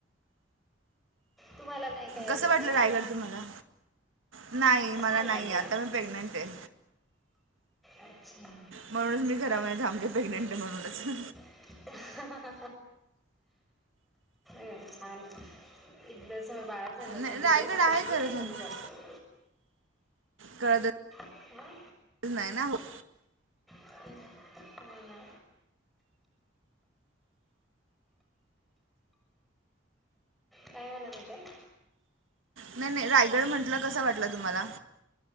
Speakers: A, in the centre; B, on the right (about 85°).
A: तुम्हाला नाही काय अजून
B: कसं वाटलं
A: काही?
B: रायगड तुम्हाला नाही
A: छान
B: मला नाहीय,
A: वाटलं
B: आता मी प्रेग्नेंट आहे.
A: अच्छा!
B: म्हणूनच मी घरामध्ये थांबले प्रेग्नेंट आहे म्हणूनचं.
A: अ हह अ छान की <unintelligible> बाळ झालं
B: नाही
A: तर, दिवस
B: रायगड
A: कधी
B: आहे खरं
A: निघून
B: तर
A: जातो.
B: कळतच
A: हा.
B: नाही ना होत.
A: हो ना काय म्हणालाय काय?
B: नाही नाही रायगड म्हंटलं, कस वाटलं तुम्हाला?